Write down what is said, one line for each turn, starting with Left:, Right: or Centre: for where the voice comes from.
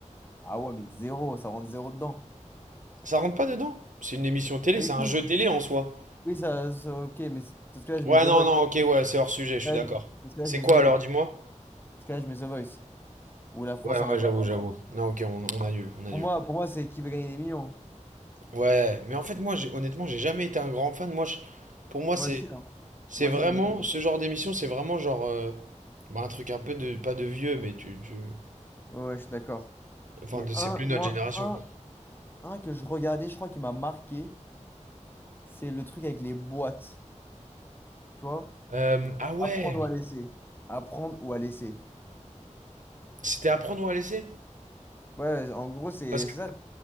Left: Ah ouais, mais zéro. Ça rentre zéro dedans.
Right: Ça rentre pas dedans. C'est une émission télé,
Left: pas
Right: c'est
Left: du
Right: un
Left: tout.
Right: jeu télé en soi.
Left: Oui, ça, ça- ok, mais c'est- parce que là, je
Right: Ouais,
Left: mets The
Right: non,
Left: Voice.
Right: non, ok, ouais, c'est hors sujet, je
Left: Là,
Right: suis d'accord.
Left: dans ce cas-là,
Right: C'est
Left: je mets
Right: quoi
Left: The Voice.
Right: alors, dis-moi?
Left: Dans ce là je mets The Voice. Où la France
Right: Ouais,
Left: a un
Right: ouais,
Left: incroyable
Right: j'avoue,
Left: talent.
Right: j'avoue. Non, ok, on, on annule, on annule.
Left: Pour moi, pour moi, c'est qui veut gagner des millions. hein.
Right: Ouais, mais en fait, moi, j'ai- honnêtement, j'ai jamais été un grand fan. Moi, je- pour moi,
Left: Moi
Right: c'est.
Left: aussi, hein.
Right: C'est
Left: Moi
Right: vraiment,
Left: aussi, j'aime bien.
Right: ce genre d'émission, c'est vraiment genre euh, bah, un truc un peu de, pas de vieux, mais tu, tu-
Left: Ouais, je suis d'accord.
Right: Enfin,
Left: Mais
Right: de- c'est
Left: un,
Right: plus notre
Left: moi,
Right: génération,
Left: un,
Right: quoi.
Left: un que je regardais, je crois qui m'a marqué, c'est le truc avec les boîtes. Tu vois?
Right: Euh, ah ouais,
Left: Apprendre ou à laisser. Apprendre ou à laisser.
Right: c'était à prendre ou à laisser?
Left: Ouais, en gros, c'est
Right: Parce que,
Left: c'est ça.